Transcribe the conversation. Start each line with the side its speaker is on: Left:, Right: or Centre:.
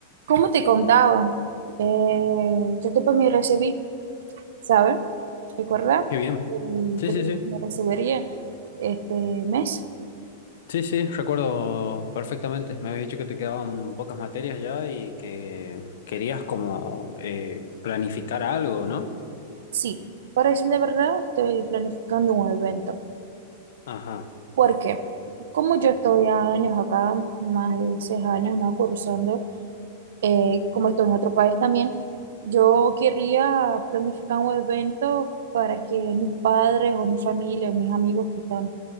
Right: Como te contaba, eh, yo después me recibí, ¿sabes? ¿Recuerda?
Left: Qué bien.
Right: El-
Left: Sí,
Right: Te
Left: sí,
Right: que
Left: sí.
Right: me recibiría este mes.
Left: Sí, sí, recuerdo perfectamente. Me habías dicho que te quedaban pocas materias ya y que querías como eh, planificar algo, ¿no?
Right: Sí, para decir de verdad, estoy planificando un evento.
Left: Ajá,
Right: ¿Por qué? Como yo estoy años acá, más de seis años, ¿no? Cursando, eh, como estoy en otro país también, yo quería planificar un evento para que mis padres o mi familia, mis amigos que están